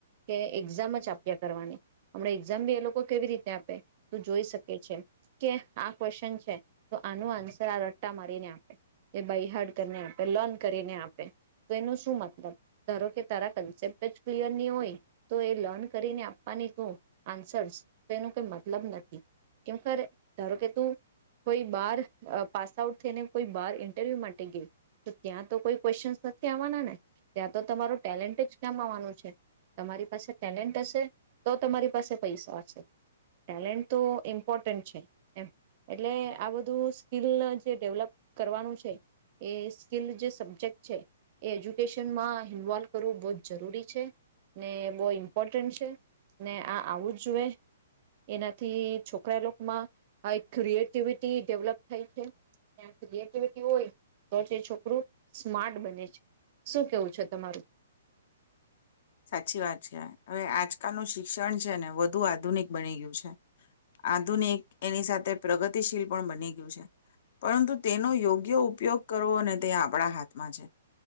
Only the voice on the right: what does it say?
કે એક્ઝામ જ આપ્યા કરવાની હમણા એક્ઝામ બી એ લોકો કેવી રીતે આપે ત જોઈ શકે છે કે આ ક્વેશ્ચન છે તો આનું આન્સર આ રટ્ટા મારીને આપે. એ બાય હાર્ડ કરીને આપે લર્ન કરીને આપે તો એનું શું મતલબ ધારો કે તારા કન્સેપ્ટ જ ક્લિયર નહી હોય તો એ લર્ન કરીને આપવાની તું આન્સર્સ તો એનું કઈ મતલબ નથી કેર ધારો કે તું કોઈ બાર પાસ આઉટ થઈને. કોઈ બાર ઇન્ટરવ્યુ માટે ગયું તો ત્યાં તો કોઈ ક્વેશ્ચનસ નથી આવવાના ને ત્યાં તો તમારો ટેલેન્ટ જ કામ આવવાનું છે તમારી પાસે ટેલેન્ટ હશે તો તમારી પાસે પૈસા હશે ટેલેન્ટ તો ઇમ્પોર્ટન્ટ છે એમ એટલે આ બધું સ્કિલ જે ડેવલપ કરવાનું છે એ સ્કીિલ જે સબ્જેક્ટ છે એ એજ્યુકેશનમાં ઇન્વોલ્વ કરવું બહુ જ જરૂરી છે ને બહુ ઇમ્પોર્ટન્ટ છે ને આ આવું જ જોુએ એનાથી છોકરા લોકોમાં આ એક ક્રિએટિવિટી ડેવલપ થાય છે ક્રએિટીવીટી હોય તો જ એ છોકરું સ્માર્ટ બને છે શું કેવું છે તમારું